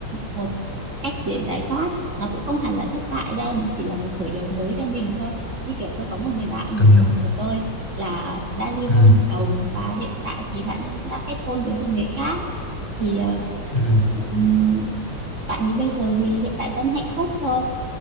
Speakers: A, on the right; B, on the left.
A: một cách để giải thoát nó cũng không hẳn là thất bại đâu nó chỉ là một khởi đầu mới cho mình thôi như kiểu tôi có một người bạn
B: từng hiểu
A: của tôi là đã ly
B: ừ
A: hôn chồng và hiện tại thì bạn ấy cũng đã kết hôn với một người khác thì ờ,
B: Ừ,
A: ừm, bạn ấy bây giờ thì hiện tại vẫn hạnh phúc thôi